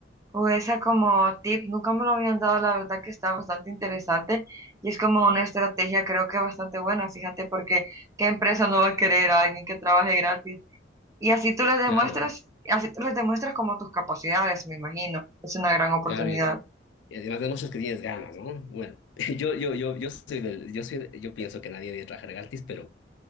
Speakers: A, on the right; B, on the left.
A: o esa como tip nunca me lo habían dado, la verdad que está bastante interesante y es como una estrategia creo que bastante buena, fíjate, porque ¿qué empresa no va a querer a alguien que trabaje gratis? Y así tú les demuestras,
B: Claro,
A: así tú les demuestras como tus capacidades, me imagino. Es una gran oportunidad.
B: claro, y y además de muchos que tienes ganas, ¿no? Bueno, <laughs> yo, yo, yo, yo soy del, yo soy, yo pienso que nadie debe trabajar gratis, pero